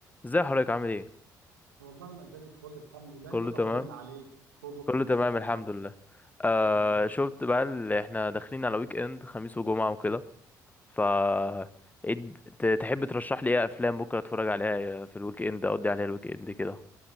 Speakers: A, on the left (about 15°); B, on the right (about 85°).
A: ازاي حضرتك عامل ايه
B: والله انا زي الفل الحمد لله
A: كله
B: انت طمني
A: تمام
B: عليك كله تحت
A: كله تمام
B: السيطرة
A: الحمد لله آه
B: تمام
A: شفت بقى اللي احنا داخلين على ويك اند خميس وجمعة وكده ف ايه د- ت- تحب ترشح لي ايه افلام بكره اتفرج عليها في الويك اند اقضي عليها الويك اند كده